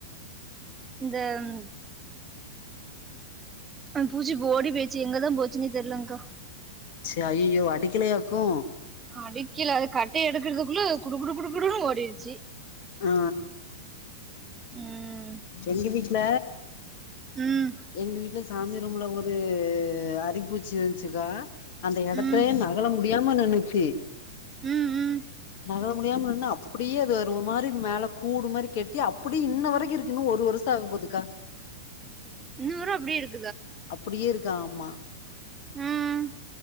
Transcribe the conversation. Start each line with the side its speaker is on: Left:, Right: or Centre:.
Right: இந்த ம் அ பூச்சிப்போ ஓடி பேச்சி எங்கதா போச்சுன்னே தெர்லங்க்கா
Left: சி ஐய்யோ அடிக்கலையாக்கு
Right: அடிக்கில அது கட்டை எடுக்குற்துக்குள்ளு குடு குடு குடு குடுன்னு ஓடிர்ச்சி
Left: ஆ
Right: ம்
Left: எங்கெ வீட்ல
Right: ம்
Left: எங்கி வீட்ல சாமி ரூம்ல ஒரு அரிப்பூச்சி இருந்ச்சிக்கா அந்த எடத்தே
Right: ம்
Left: நகல முடியாம நனுச்சி
Right: ம் ம்
Left: நகல முடியாம நின்னு அப்புடியே அது வரு ஒரு மாரி மேல கூடு மாரி கெட்டி அப்புடி இன்ன வரக்கு இருக்கு இன்னு ஒரு பொருசா ஆகு போதுக்கா
Right: ன்ன வர அப்டே இருக்
Left: அப்புடியே இருக் ஆமா
Right: ம்